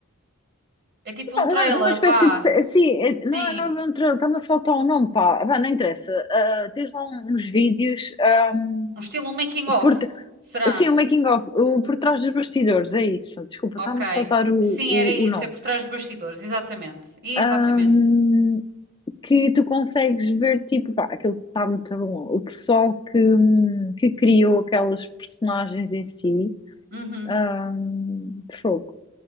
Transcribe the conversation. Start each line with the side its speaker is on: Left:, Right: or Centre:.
Right: É tipo um trailer,
Left: uma, uma espécie
Right: vá.
Left: de. se- Sim, é-
Right: Sim.
Left: não é não é um trailer, está-me a faltar o nome, pá. Vá, não interessa. Ah, tens lá uns vídeos. hum,
Right: Um estilo making of.
Left: por, t-
Right: Será?
Left: sim, o making of, o por trás dos bastidores, é isso. Desculpa,
Right: Ok.
Left: está-me a faltar o,
Right: Sim,
Left: o,
Right: era isso,
Left: o nome.
Right: é por trás dos bastidores, exatamente. Exatamente.
Left: Hum, que tu consegues ver, tipo, pá, aquilo está muito bom. O pessoal que, hum, que criou aquelas personagens em si,
Right: Uhum.
Left: hum, fogo,